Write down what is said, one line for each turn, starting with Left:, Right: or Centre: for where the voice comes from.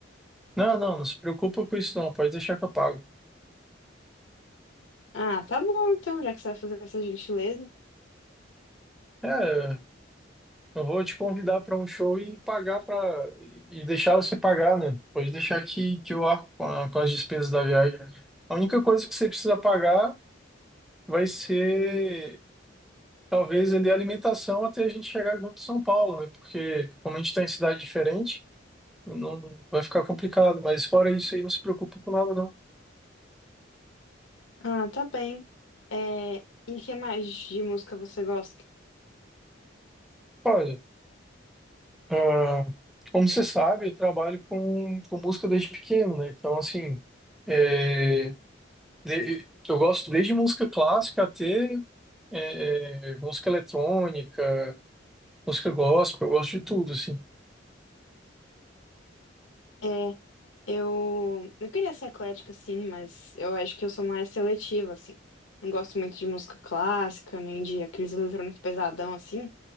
Centre: Não, não, não se preocupa com isso não, pode deixar que eu pago.
Left: Ah, tá bom então, já que você vai fazer essa gentileza.
Centre: É, não vou te convidar para um show e pagar para e e deixar você pagar, né? Pode deixar que, que eu arco com, a- com as despesas da viagem. A única coisa que você precisa pagar vai ser talvez ali a alimentação até a gente chegar junto em São Paulo, né? Porque como a gente está em cidade diferente, não vai ficar complicado, mas fora isso aí não se preocupa com nada não.
Left: Ah, tá bem. É, e que mais de música você gosta?
Centre: Olha, Ah, como você sabe, eu trabalho com, com música desde pequeno, né? Então, assim, é, de- eu gosto desde música clássica até é, é, música eletrônica, música gospel, eu gosto de tudo, assim.
Left: É, Eu, eu queria ser eclética, sim, mas eu acho que eu sou mais seletiva, assim. Não gosto muito de música clássica, nem de aqueles eletrônicos pesadão, assim.